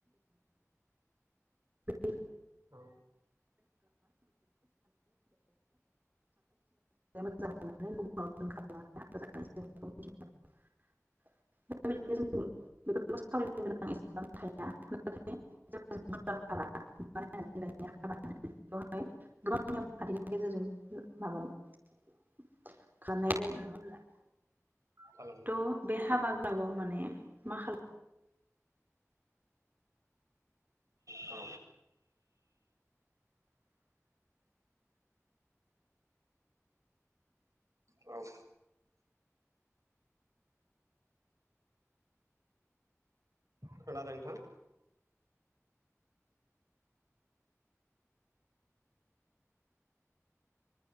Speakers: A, on the right; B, on the right.
A: <unintelligible>
B: औ
A: <inaudible>
B: औ
A: <inaudible> खानाय जायो नङा होमब्ला
B: खालामनो
A: त बे हाबा गोलावाव माने मा खाल
B: <inaudible> औ खोनादों नोंथां